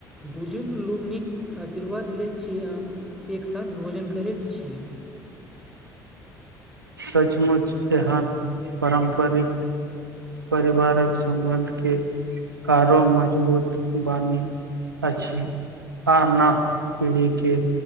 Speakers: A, in the centre; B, on the right (about 90°).
A: बुजुर्ग लोकनिक आशीर्वाद लैत छी आ एक साथ भोजन करैत छी
B: सचमुच एहन पारम्परिक परिवारक सम्बन्धकेँ कारो मजबूत बानि अछि आ न पीढ़ीकेँ